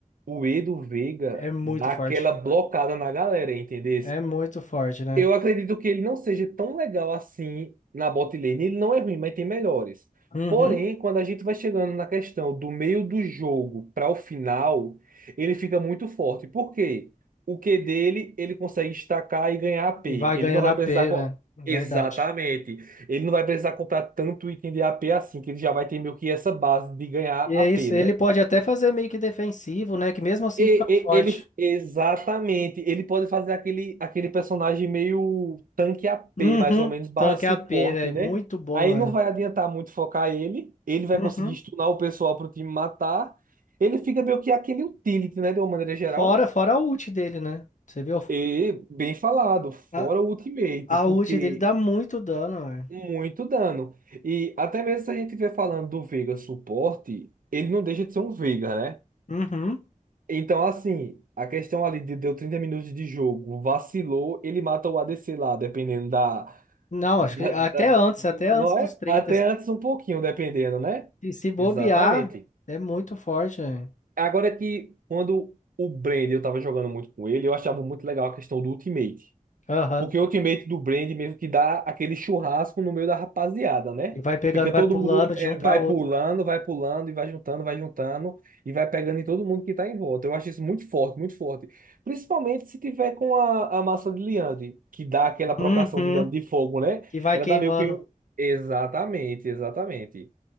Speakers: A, on the right (about 80°); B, on the left (about 60°).
A: o E do Veiga
B: É muito
A: dá
B: forte.
A: aquela blocada na galera, entendeu?
B: É muito forte, né?
A: Eu acredito que ele não seja tão legal assim na bot lane. Ele não é ruim, mas tem melhores.
B: Uhum.
A: Porém, quando a gente vai chegando na questão do meio do jogo para o final, ele fica muito forte. Por quê? O Q dele, ele consegue estacar e ganhar a p
B: E vai
A: Ele
B: ganhando
A: não vai
B: a
A: precisar.
B: P
A: co-
B: velho. Verdade.
A: Exatamente. Ele não vai precisar comprar tanto item de a p assim, que ele já vai ter meio que essa base de ganhar
B: E
A: a
B: é
A: p
B: isso,
A: né?
B: ele pode até fazer meio que defensivo, né, que mesmo assim
A: E-
B: fica forte.
A: e- Ele, exatamente, ele pode fazer aquele, aquele personagem meio tanque AP,
B: Uhum.
A: mais ou menos, barra
B: Tanque
A: suporte,
B: A P velho.
A: né?
B: Muito bom,
A: Aí
B: velho.
A: não vai adiantar muito focar ele, ele vai
B: Uhum.
A: conseguir stunar o pessoal pro time matar. Ele fica meio que aquele utility, né, de uma maneira geral.
B: Fora, fora a ult dele, né? Você viu?
A: E, bem falado,
B: <laughs>
A: fora
B: A,
A: o ultimate,
B: a
A: porque
B: ult dele dá muito dano, velho.
A: muito dano. E até mesmo se a gente estiver falando do Veiga suporte, ele não deixa de ser um Veiga, né?
B: Uhum.
A: Então, assim, a questão ali de deu 30 minutos de jogo, vacilou, ele mata o ADC lá, dependendo da,
B: Não,
A: da-
B: acho que até
A: da- da-
B: antes, até antes
A: Não
B: dos
A: é?
B: 30.
A: Até antes um pouquinho, dependendo, né?
B: Se, se bobear,
A: Exatamente.
B: é muito forte. né?
A: Agora é que quando o Brand, eu tava jogando muito com ele, eu achava muito legal a questão do ultimate.
B: Aham.
A: Porque o Ultimate do Brand mesmo que dá aquele churrasco no meio da rapaziada, né?
B: E vai pegando,
A: Fica
B: vai
A: todo
B: pulando
A: mundo é,
B: de um para
A: vai
B: outro.
A: pulando, vai pulando e vai juntando, vai juntando e vai pegando em todo mundo que tá em volta. Eu acho isso muito forte, muito forte. Principalmente se tiver com a, a massa de liande, que dá aquela
B: Uhum.
A: procação de dano de fogo, né?
B: Que vai
A: Ela
B: queimando.
A: dá meio que. um Exatamente, exatamente.